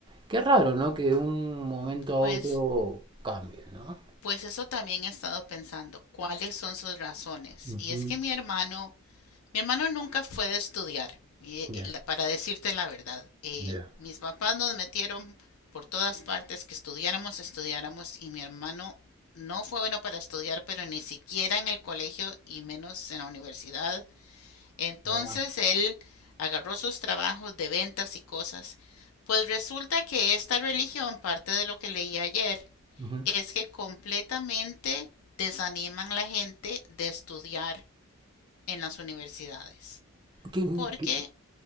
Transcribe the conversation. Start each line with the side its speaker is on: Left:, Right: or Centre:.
Right: qué raro, ¿no? Que de un momento a
Left: Pues,
Right: otro cambie, ¿no?
Left: pues eso también he estado pensando, ¿cuáles son sus razones?
Right: Ujú.
Left: Y es que mi hermano Mi hermano nunca fue de estudiar, eh,
Right: Ya,
Left: la- para decirte la verdad. Eh,
Right: ya.
Left: mis papás nos metieron por todas partes que estudiáramos, estudiáramos, y mi hermano no fue bueno para estudiar, pero ni siquiera en el colegio y menos en la universidad. Entonces
Right: Ah,
Left: él agarró sus trabajos de ventas y cosas. Pues resulta que esta religión, parte de lo que leí ayer,
Right: Ujú.
Left: es que completamente desaniman a la gente de estudiar en las universidades
Right: ¿Qué-
Left: porque
Right: qué?